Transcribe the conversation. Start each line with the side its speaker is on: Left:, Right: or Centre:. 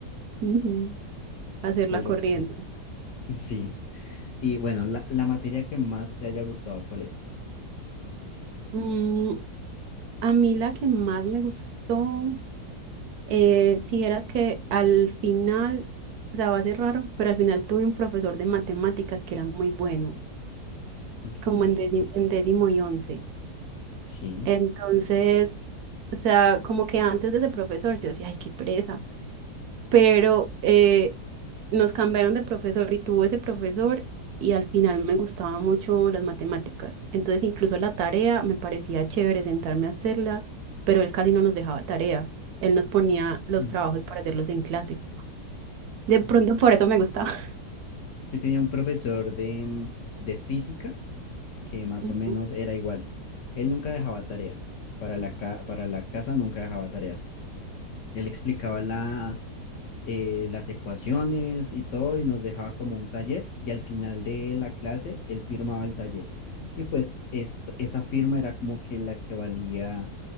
Right: ujú, Hacerla
Left: Pero
Right: corriendo.
Left: sí, sí. Y bueno, la, la materia que más te haya gustado, ¿cuál era?
Right: Mm, a mí la que más me gustó, eh, si vieras que al final, o sea, va a ser raro, pero al final tuve un profesor de matemáticas que era muy bueno,
Left: Ok,
Right: como en, déci- en décimo y once.
Left: sí.
Right: Entonces, o sea, como que antes de ese profesor yo decía, ay, qué pereza, pero eh, nos cambiaron de profesor y tuvo ese profesor y al final me gustaban mucho las matemáticas. Entonces incluso la tarea me parecía chévere sentarme a hacerla, pero él casi no nos dejaba tarea. Él nos ponía los
Left: Mm.
Right: trabajos para hacerlos en clase. De pronto por eso me gustaba. <laughs>
Left: Yo tenía un profesor de, mm, de física que más
Right: Ujú,
Left: o menos era igual. Él nunca dejaba tareas. Para la, ca- para la casa nunca dejaba tareas. Él explicaba la, eh, las ecuaciones y todo y nos dejaba como un taller y al final de la clase él firmaba el taller. Y pues es, esa firma era como que la que valía